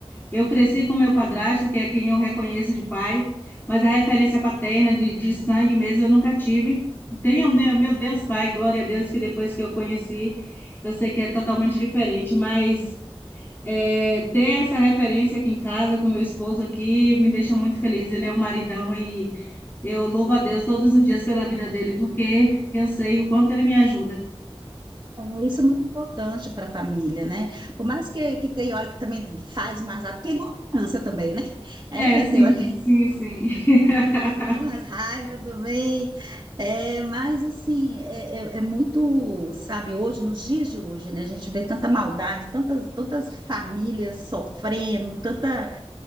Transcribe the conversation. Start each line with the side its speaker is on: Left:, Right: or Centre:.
Left: Eu cresci com meu padrasto, que é quem eu reconheço de pai, mas a referência paterna de, de sangue mesmo eu nunca tive. Tenho, né, meu Deus, pai, glória a Deus, que depois que eu conheci, eu sei que é totalmente diferente, mas. É, ter essa referência aqui em casa com meu esposo aqui me deixa muito feliz. Ele é um maridão e eu louvo a Deus todos os dias pela vida dele, porque eu sei o quanto ele me ajuda.
Right: É, isso é muito importante para a família, né? Por mais que, que tem hora que também faz mais raiva, porque é igual criança também, né? É,
Left: É, sim,
Right: tem hora que
Left: sim, sim. <laughs>
Right: faz mais raiva também. É, mas assim, é, é, é muito, sabe, hoje, nos dias de hoje, né? A gente vê tanta maldade, tantas, tantas famílias sofrendo, tanta